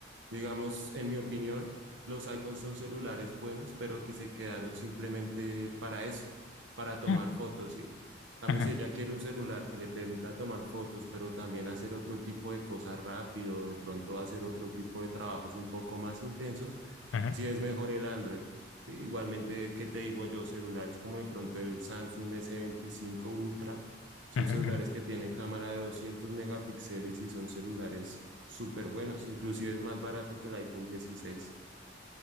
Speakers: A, on the right; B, on the left.
A: Digamos, en mi opinión, los iPhones son celulares buenos, pero que se quedaron simplemente para eso, para tomar
B: Mm,
A: fotos, ¿sí? En cambio,
B: ujú,
A: si ella quiere un celular que le permita tomar fotos, pero también hacer otro tipo de cosas rápido, de pronto hacer otro tipo de trabajos un poco más intensos,
B: ujú,
A: sí es mejor el Android. Sí, igualmente, ¿qué te digo yo? Celulares como de pronto el Samsung s veinticinco Ultra son
B: ujú,
A: celulares
B: ujú.
A: que tienen cámara de 200 megapíxeles y son celulares súper buenos, inclusive es más barato que el iPhone 16.